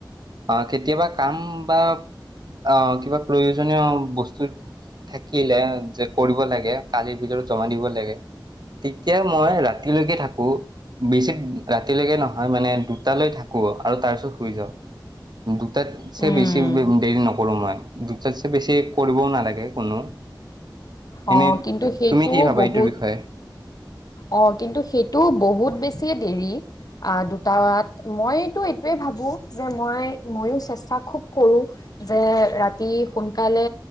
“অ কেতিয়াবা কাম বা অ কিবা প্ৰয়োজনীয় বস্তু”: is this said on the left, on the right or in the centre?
Right